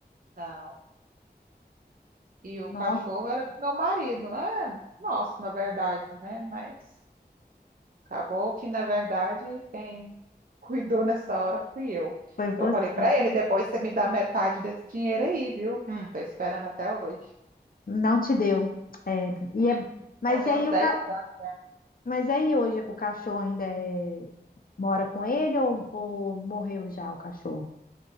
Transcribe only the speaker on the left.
Nossa,
foi você.
Não te deu. É, e é, mas
e aí
o ca-
mas aí hoje o cachorro ainda é- mora com ele ou, ou morreu já o cachorro?